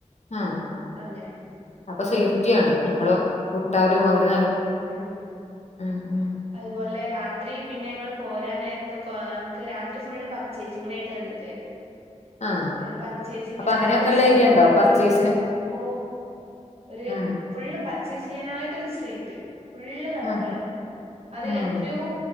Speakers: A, on the left; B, on the right.
A: ആ
B: അങ്ങനെ
A: അപ്പൊ സേഫ്റ്റി ആണ് നമ്മള വു ട്ടാലും അവര്
B: മ്
A: അ ആ
B: അതുപോലെ രാത്രി പിന്നെ ങ്ങള് പോരാൻ നേരത്ത് കൊ ങ്ങക്ക് രാത്രി ഫുള്ള് പച്ചേസിങ്ങിനായിട്ട് തന്ന് എക്കെ
A: ആഹ്
B: ഒരു പർച്ചേസ്ങ്ങനായിട്ടൊരു
A: അപ്പൊ അങ്ങനെയൊക്കെള്ള
B: സ്ട്രീറ്റിൽ
A: ഏരിയ ഉണ്ടോ
B: പോയിട്ട്
A: പർച്ചേസിന്
B: ഓ ഒരു
A: ആഹ്
B: ഫുളള് പർ പർച്ചേസ് ചെയ്യാനായിട്ട്ടൊരു സ്ട്രീറ്റ് ഫുള്ള് കടകള്
A: ആഹ്
B: അത്
A: ആഹ്
B: എത്രയോ